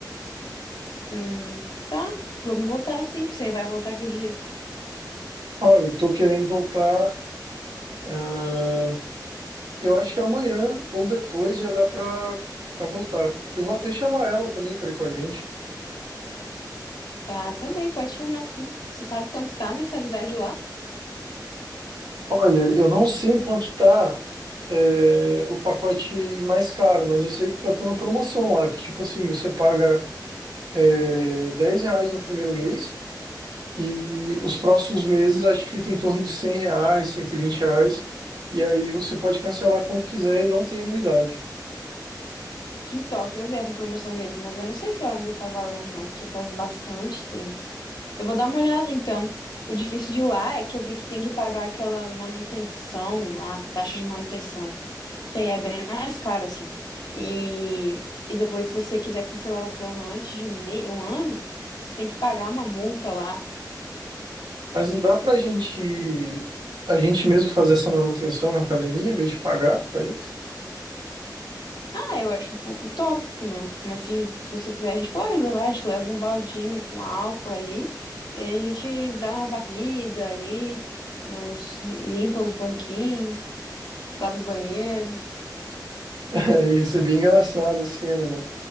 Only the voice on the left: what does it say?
Hum, tá. Vamos voltar sim. Você vai voltar que dia?
Tá, tá bem, pode chamar sim. Você sabe quanto tá a mensalidade lá?
Que top, eu vi essa promoção mesmo, mas eu não sei se ela ainda tá valendo, não, porque faz bastante tempo. Eu vou dar uma olhada então. O difícil de lá é que eu vi que tem que pagar aquela manutenção lá, taxa de manutenção, que aí é bem mais caro, assim. E, e depois, se você quiser cancelar o plano antes de um, me... um ano, você tem que pagar uma multa lá.
Ah, eu acho um pouco utópico, né? Mas se você quiser, a gente pode levar, a gente leva um baldinho com álcool ali, e aí a gente dá uma varrida ali, nos- limpa os banquinhos, lava o banheiro.